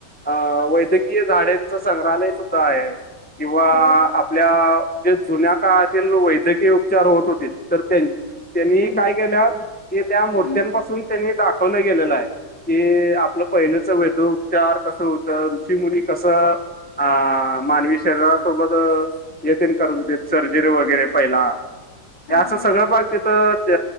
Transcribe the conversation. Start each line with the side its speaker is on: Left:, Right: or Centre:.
Centre: अ वैद्यकीय झाडांच संग्रहालय सुद्धा आहे, किंवा
Left: होय.
Centre: आपल्या जे जुन्या काळातील वैद्यकीय उपचार होत होतीत तर त्या - त्यांनी काय केल्यात, ते त्या
Left: हम्म
Centre: मूर्त्यांपासून त्यांनी दाखवलं गेलेलं आहे. की आपलं पहिलेच वैदोउपचार कसं होतं ऋषीमुनी कसं या मानवी शरीरा सोबत ये तेन करत होतीत सर्जरी वगैरे पहिला,
Left: हा
Centre: असं
Left: हा
Centre: सगळं पाक तिथ ते